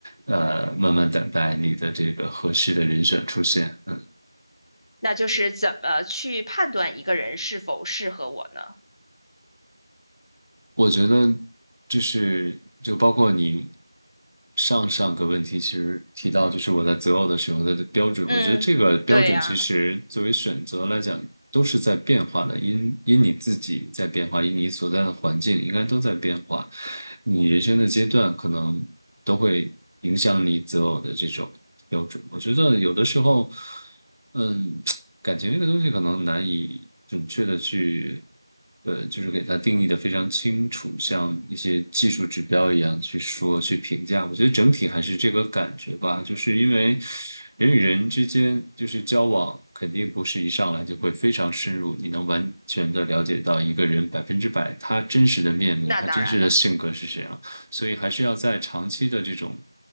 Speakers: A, on the right; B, on the left.
A: 呃，慢慢等待你的这个合适的人选出现。嗯。
B: 那就是怎么去判断一个人是否适合我呢？
A: 我觉得就是就包括你上上个问题，其实提到就是我在择偶的时候的标准，
B: 嗯，
A: 我觉得这个标准其实作为选择来讲都是在变化的，
B: 对呀，
A: 因因你自己在变化，因你所在的环境应该都在变化，你人生的阶段可能都会影响你择偶的这种标准。我觉得有的时候。嗯，感情这个东西可能难以准确的去，呃，就是给它定义的非常清楚，像一些技术指标一样去说去评价。我觉得整体还是这个感觉吧，就是因为人与人之间就是交往，肯定不是一上来就会非常深入，你能完全的了解到一个人百分之百他真实的面目，
B: 那当然了，
A: 他真实的性格是什样。所以还是要在长期的这种